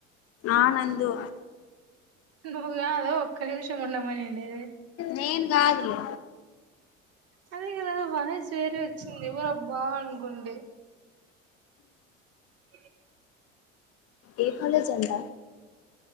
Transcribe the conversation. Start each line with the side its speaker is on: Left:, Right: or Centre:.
Left: ఆ నందు
Right: నువ్ కాదా ఒక్క నిమిషం ఉండుమనింది
Left: నేను కాదులే
Right: అదే కదా వాయిస్ వేరే వచ్చింది ఎవరబ్బా అనుకుంటి <unintelligible>
Left: ఏ కాలేజ్ అంట